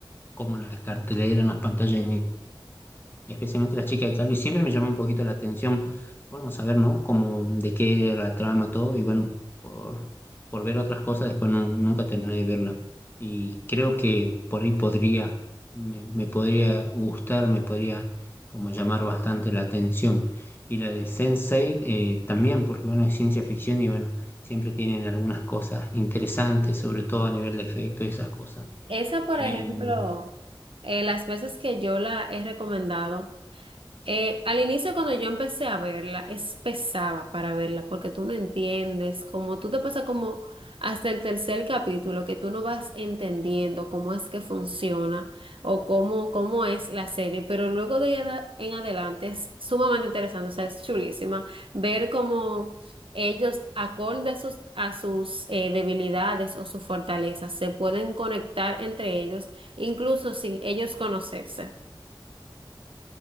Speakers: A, on the left; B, on the right.
A: como en la cartelera, en las pantallas. especialmente las chicas de Calvo, y siempre me llamó un poquito la atención, bueno, saber, ¿no? Como de qué era la trama, todo, y bueno, por, por ver otras cosas, después no- nunca terminé de verla. Y creo que por ahí podría, me, me podría gustar, me podría como llamar bastante la atención. Y la de Sense8 eh, también, porque bueno, es ciencia ficción y bueno, siempre tienen algunas cosas interesantes, sobre todo a nivel de efecto y esas cosas.
B: Esa, por
A: Em,
B: ejemplo, eh, las veces que yo la he recomendado. Eh, al inicio, cuando yo empecé a verla, es pesada para verla porque tú no entiendes, como tú te pasas como hasta el tercer capítulo que tú no vas entendiendo cómo es que funciona o cómo, cómo es la serie, pero luego de ahí ada- en adelante es sumamente interesante, o sea, es chulísima ver cómo ellos, acorde a sus, a sus eh, debilidades o sus fortalezas, se pueden conectar entre ellos, incluso sin ellos conocerse.